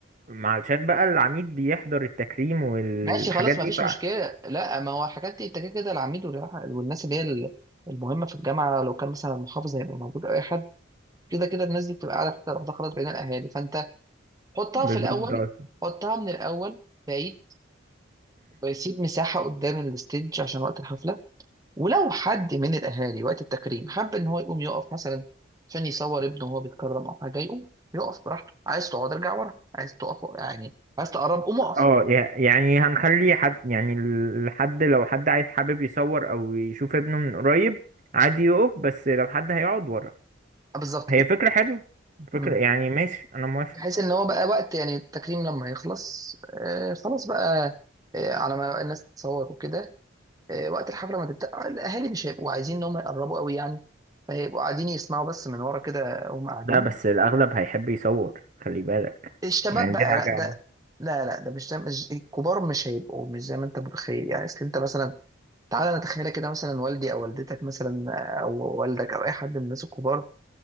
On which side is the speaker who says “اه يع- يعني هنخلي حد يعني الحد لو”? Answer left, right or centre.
Right